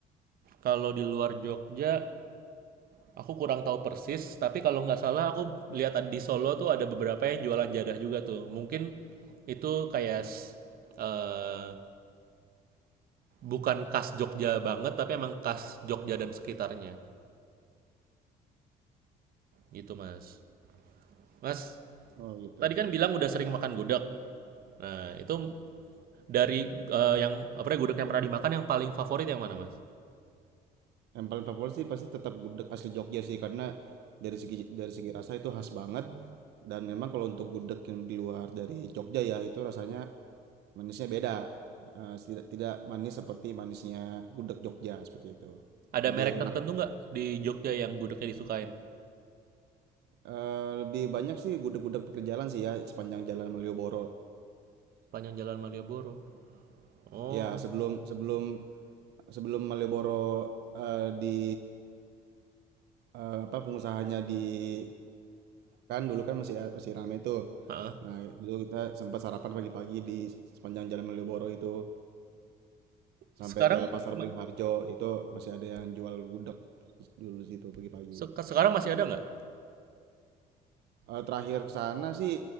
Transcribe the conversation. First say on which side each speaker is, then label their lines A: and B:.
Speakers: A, on the right (about 60°); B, on the right (about 80°).
A: Kalau di luar Jogja Aku kurang tahu persis, tapi kalau nggak salah aku lihat di Solo tuh ada beberapa yang jualan jadah juga tuh. Mungkin itu kayak eh, bukan khas Jogja banget, tapi emang khas Jogja dan sekitarnya. Gitu, Mas. Mas,
B: Oh gitu.
A: tadi kan bilang udah sering makan gudeg. Nah, itu dari eh, yang apa ya, gudeg yang pernah dimakan yang paling favorit yang mana, Mas?
B: Yang paling favorit sih pasti tetap gudeg asli Jogja sih, karena dari segi dari segi rasa itu khas banget. Dan memang kalau untuk gudeg yang di luar dari Jogja ya itu rasanya manisnya beda. Eh, tidak tidak manis seperti manisnya gudeg Jogja seperti itu.
A: Ada
B: Lebih
A: merek tertentu
B: enak
A: nggak di Jogja yang gudegnya disukain?
B: Eee, lebih banyak sih gudeg-gudeg pinggir jalan sih ya, sepanjang jalan Malioboro.
A: Panjang Jalan Malioboro. Oh,
B: Ya sebelum sebelum sebelum Malioboro, eee, di eee, apa, pengusahanya dipindahkan, dulu kan masih masih ramai tuh.
A: heeh.
B: Nah, dulu kita sempat sarapan pagi-pagi di sepanjang jalan Malioboro itu, sampai
A: Sekarang
B: ke Pasar
A: ma-
B: Beringharjo, itu masih ada yang jual gudeg dulu situ pagi-pagi.
A: se- sekarang masih ada nggak?
B: Eh, terakhir ke sana sih